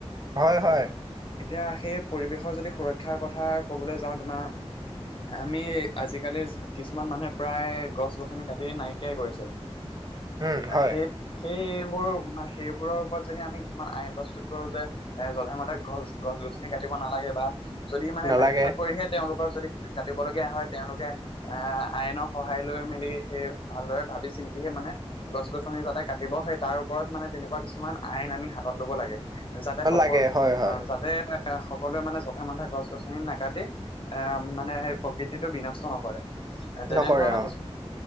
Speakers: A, on the right; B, on the left.
A: হয় হয়।
B: এতিয়া সেই পৰিৱেশৰ যদি সুৰক্ষাৰ কথা কবলৈ যাওঁ তোমাৰ আমি আজিকালি কিছুমান মানুহে প্ৰায় গছ -গছনি কাটি নাইকিয়াই কৰিছে।
A: <unintelligible> হয়
B: সেই সেইবোৰ মানে সেইবোৰৰ ওপৰত যদি আমি কিছুমান আইন প্ৰস্তুত কৰো যে এ যধে মধে গছ গছ-গছনি কাটিব নালাগে বা যদি মানে
A: নালাগে
B: বাধ্যত পৰিহে তেওঁলোকৰ যদি কাটিবলগীয়া হয় তেওঁলোকে আহ আইনৰ সহায় লৈ মেলি সেই ভালদৰে ভাবি চিন্তিহে মানে গছ-গছনি যাতে কাটিব সেই তাৰ ওপৰত মানে তেনেকুৱা কিছুমান আইন আমি হাতত ল'ব লাগে। যাতে সক
A: লাগে হয় হয়
B: আহ যাতে সকলোৱে মানে যধে মধে গছ -গছনি নাকাটি এ মানে সেই প্ৰকৃতিটো বিনষ্ট নকৰে তেনেধৰণৰ
A: নকৰে অ
B: কিছু